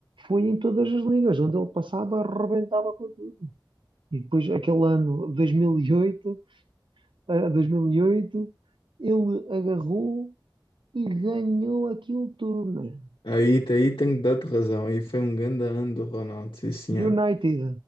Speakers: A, on the right (about 70°); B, on the left (about 70°).
A: foi em todas as ligas, onde ele passava, arrebentava com tudo. E depois, aquele ano 2008, eh, 2008, ele agarrou e ganhou aquilo tudo. né?
B: Aí, aí tenho de dar-te razão. Aí foi um grande ano do Ronaldo, sim senhora.
A: United,